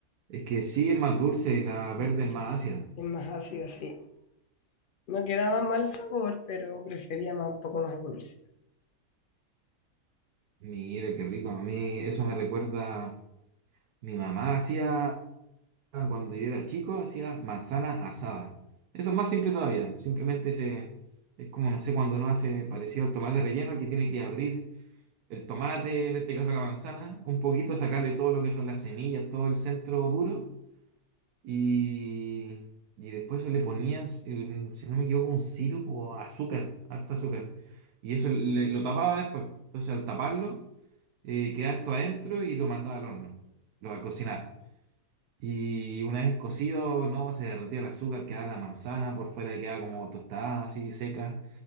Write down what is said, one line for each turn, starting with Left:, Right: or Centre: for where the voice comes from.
Right: Es que sí es más dulce y la verde
Left: dulce,
Right: es más ácida.
Left: Es más ácido, sí. No quedaba mal sabor, pero prefería más, un poco más dulce.
Right: Mira, qué rico. A mí eso me recuerda, mi mamá hacía Ah, cuando yo era chico, hacía manzana asada. Eso es más simple todavía. Simplemente se, es como, no sé, cuando uno hace parecido al tomate relleno, que tiene que abrir el tomate, en este caso la manzana, un poquito, sacarle todo lo que son las semillas, todo el centro duro. Y, y después eso le ponías, eh, si no me equivoco, un sirope o azúcar, harta azúcar. Y eso le- lo tapaba después. Entonces al taparlo, eh, quedaba esto adentro y lo mandaba al horno, lo a cocinar. Y una vez cocido, no, se derretía el azúcar, quedaba la manzana, por fuera quedaba como tostada, así seca.